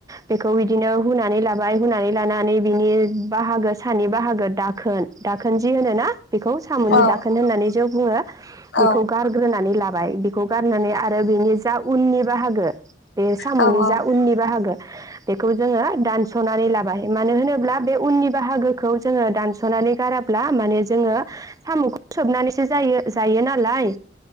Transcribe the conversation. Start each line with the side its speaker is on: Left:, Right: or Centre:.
Right: बेखौ बिदिनो हुनानै लाबाय हुनानै लानानै बिनि बाहागो सानि बाहागो दाखोन दाखोन जि होनोना बेखौ साम'नि
Left: औ
Right: दाखोन होननानै जों बुङो बेखौ
Left: औ
Right: गारग्रोनानै ला बाय बिखौ गारनानै आ बेनि जा उननि बाहागो बे साम'नि
Left: औ औ
Right: जा उननि बाहागो बेखौ जोङो दा दानस'नानै लाबाय मानो होनोब्ला बे उननि बाहागो खौ जोङो दानस'नानै गाराब्ला माने जोङो साम'खौ सोबनानैसो जायो जायोनालाय